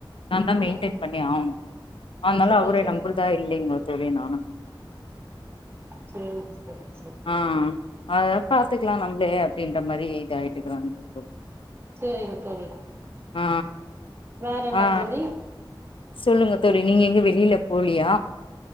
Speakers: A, on the left; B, on the right.
A: நாந்தா மெய்ன்டென்
B: ம் ம்
A: பண்ணி ஆவ்ணு அன்னால
B: சூப்பர்
A: அவுர
B: சூப்பர்
A: நம்புல்தா இல்லீங்கோ தோழி நானு
B: சேரி சேரி சேரி
A: ஆ அதெலா பாத்துக்கலா நம்ப்ளே அப்டின்ற மாரி இதாயிட்டுக்கறங் தோழி
B: சேரி தோழி
A: ஆ
B: வேற என்ன
A: ஆ
B: தோழி
A: சொல்லுங்க தோழி நீங்க எங்க வெளில போலியா